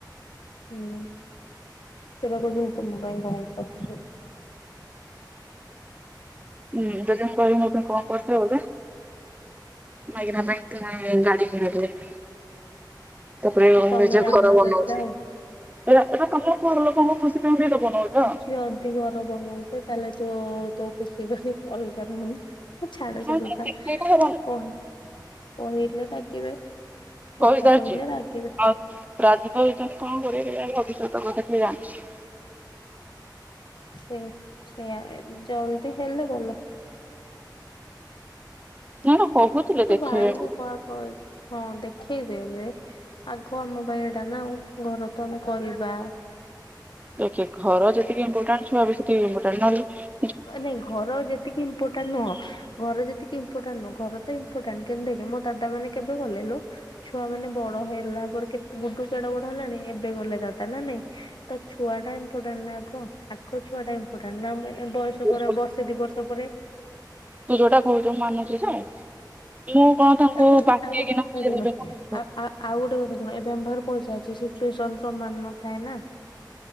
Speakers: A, on the left; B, on the right.
A: ହୁଁ ସେଇଟା କହୁଛନ୍ତି ତୁ ମୋ ପାଇଁ କଣ କରୁଚୁ?
B: ହୁଁ ଯଦ ମୁଁ କହିବି କଣ କରୁଚୁ ଏଇଗୁଡ଼ ହେଲା <unintelligible> ତାପରେ
A: ତମେ
B: ନିଜେ
A: ଯାଉନ
B: ଘର ବନଉଚି।
A: ସେଥିରେ ଆଉ
B: ଏ ଏଟା ତମ ଘର ଲୋକ ଙ୍କ ଖୁସି। ପାଇଁ ବି ତ ବନଉଛ
A: ଯଏ ଯଦି ଘର ବନଉଚ ତାହେଲେ ତୁ ତୋ ଖୁସି ପାଇଁ <unintelligible> ଛାଡ ସେ
B: ଏଇଟା
A: କଥା
B: ହବନି
A: କଣ କହିଲେ? ରାଗିବେ। କଥା
B: କହିସାରିଚି
A: କହିଲେ ରାଗିବେ
B: ଆଉ ରାଜିତ ହେଉଚନ୍ତି କଣ କରିବେ କେଜାଣି ଭବିଷ୍ୟତ ତ କଥା କିଏ ଜାଣିଚି?
A: ସେଇ ସେଇଆ ଜଲଦି ହେଲେ ଭଲ।
B: <unintelligible>
A: ତୁ
B: ଦେଖେଇବେ
A: ଭାଇଙ୍କୁ
B: ବୋଲି
A: କୁହା କର ହଁ ଦେଖୀ ଦେବେ ଆଗୁଆ ଆମ ପାଇଁ ଏଇଟା ନା ଆଉ ଘର ତ ଆମେ କରିବା।
B: ଦେଖେ ଘର ଯେତିକି ଇମ୍ପୋର୍ଟାଣ୍ଟ ଛୁଆ ବି ସେତିକ ଇମ୍ପୋର୍ଟାଣ୍ଟ ନହଲେ
A: ନାଇଁ ଘର ଯେତିକି ଇମ୍ପୋର୍ଟାଣ୍ଟ ନୁହଁ ଘର ଯେତିକି ମ୍ପୋର୍ଟାଣ୍ଟ ନୁଅ ଘର ତ ଇମ୍ପୋର୍ଟାଣ୍ଟ କିନ୍ତୁ ଦେଖେ ମୋ ଦାଦା ମାନେ କେବେ ଗଲେ ଲୋ ଛୁଆ ମାନେ ବଡ ହେଇଲା ପରେ କେ ଗୁଡୁ କେଡ ବଡ ହେଲାଣି ଏବେ ଗଲା ଦାଦା ନା ନାଇଁ ତ ଛୁଆଟା ଇମ୍ପୋର୍ଟାଣ୍ଟ ନା ଆଗ ଆ ଛୁଆଟା <unintelligible> ଆମେ ବଏ ବର୍ଷ
B: ତୁ
A: ବର୍ଷେ ଦି ବର୍ଷ ପରେ
B: ଯୋଉଟା କହୁଛୁ ମାନୁଛି ଯେ ମୁଁ କଣ ତାଙ୍କୁ
A: ତାପରେ
B: ବାଟେଇକିନା
A: ବି ଆଉ ଗୋଟେ କଥା
B: ବୁଝେଇ
A: ଶୁଣ
B: ଦେବି କଣ
A: ଆ ଆଉ ଗୋଟେ କଥା ଶୁଣ ଏବେ ଆମ ବା ପଇସା ଅଛି ସିଚୁଏସନ ସମାନ ନଥାଏ ନା